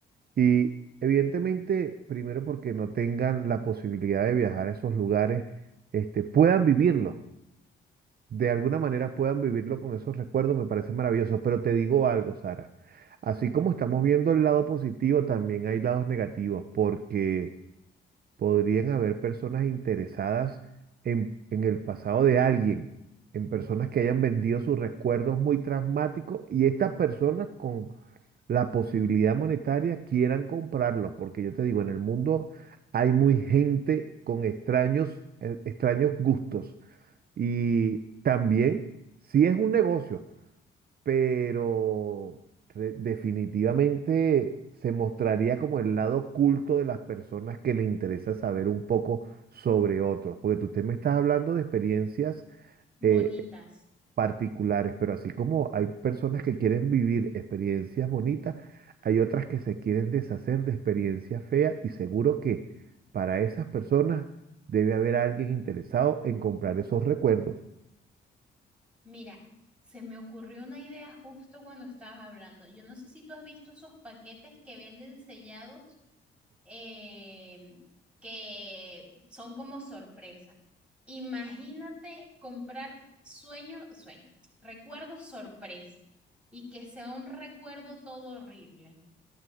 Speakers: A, on the right; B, in the centre.
A: y evidentemente, primero porque no tengan la posibilidad de viajar a esos lugares, este, puedan vivirlo, de alguna manera puedan vivirlo con esos recuerdos, me parece maravilloso. Pero te digo algo, Sara, así como estamos viendo el lado positivo, también hay lados negativos, porque podrían haber personas interesadas en, en el pasado de alguien, en personas que hayan vendido sus recuerdos muy traumáticos y estas personas con la posibilidad monetaria quieran comprarlos, porque yo te digo, en el mundo hay muy gente con extraños, eh, extraños gustos y también sí es un negocio, pero re- definitivamente se mostraría como el lado oculto de las personas que le interesa saber un poco sobre otros, porque tú, usted me estás hablando de experiencias.
B: bonitas.
A: eh, particulares, pero así como hay personas que quieren vivir experiencias bonitas, hay otras que se quieren deshacer de experiencias feas y seguro que para esas personas debe haber alguien interesado en comprar esos recuerdos.
B: Mira, se me ocurrió una idea justo cuando estabas hablando. Yo no sé si tú has visto esos paquetes que venden sellados eh, que son como sorpresa. Imagínate comprar sueños, sueños, recuerdos sorpresa y que sea un recuerdo todo horrible.